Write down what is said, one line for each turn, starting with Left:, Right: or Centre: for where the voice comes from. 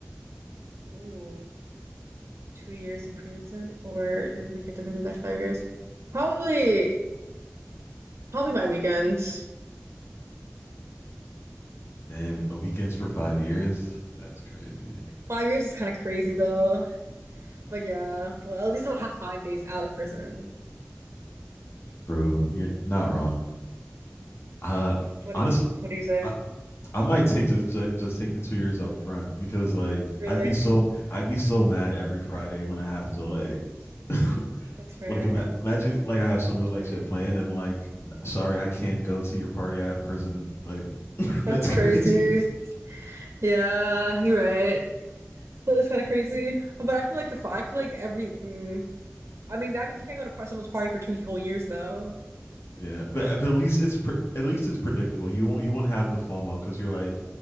Right: Ooh. two years in prison or your weekend to the next five years. Probably, probably my weekends.
Left: Damn, a weekends for five years. That's crazy.
Right: Five years is kind of crazy though. But yeah, well, at least I would have five days out of prison.
Left: True. You're not wrong. Uh,
Right: What
Left: honestly,
Right: do, what do you say?
Left: I, I might take the ju- just take the two years up front because like
Right: Really?
Left: I'd be so I'd be so mad every Friday when I have to like <laughs>
Right: That's fair.
Left: like ima- imagine like I have some like
Right: Clock
Left: shit
Right: in.
Left: planned. I'm like, sorry, I can't go to your party. I have prison. Like <laughs> that's
Right: That's crazy.
Left: crazy.
Right: Yeah, you're right. That is kind of crazy. But I feel like the fi- I feel like every. Mm, I mean, that means you can't go to par someone's party for two whole years though.
Left: Yeah, but, but at least it's pre- at least it's predictable. You won't you won't have the FOMO because you're like,